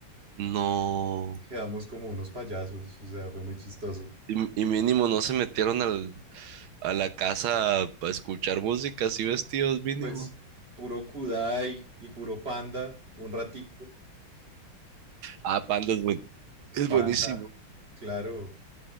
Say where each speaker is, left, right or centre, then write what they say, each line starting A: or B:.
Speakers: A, on the right; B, on the right.
A: No.
B: Quedamos como unos payasos, o sea, fue muy chistoso.
A: Y, y mínimo no se metieron al, a la casa a escuchar música así vestidos mínimo.
B: Pues puro Kudai y puro Panda, un ratito,
A: Ah, Panda es, buen- es
B: pa,
A: buenísimo.
B: claro.